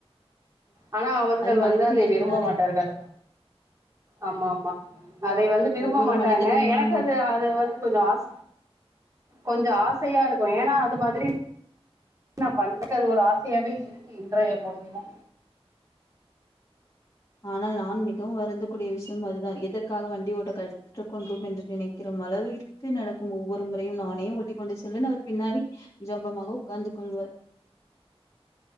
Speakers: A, on the right; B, on the left.
A: ஆன்னா அவர்கள்
B: அது
A: வந்து
B: மனிதர்
A: அதை
B: இயல்பு
A: விரும்ப
B: தானே
A: மாட்டார்கள் ஆமா ஆமா அதை வந்து விரும்ப
B: ஒவ்வொரு
A: மாட்டாங்க
B: மனிதனினும்
A: எனக்கு அது அது வந்து கொஞ்சம் ஆச கொஞ்ச ஆசை சையா இருக்கு ஏனா அது மாதிரி ந பல்லக்கர் ஒரு ஆசையாவே இருந்து இன்றைய பொழுதிதா
B: ஆனால் நான் மிகவு வறந்தக் கூடிய விஷயம் அதுதா எதற்காக வண்டி ஓட்ட கக்க கொண்டோம் என்று நினைக்கிறோம் அளவிற்கு நடக்கும் ஒவ்வொரு முறையும் நானே ஓட்டி கொண்டு செல்வேன் அவர் பின்னாடி ஜம்பமாக உட்கார்ந்து கொள்வார்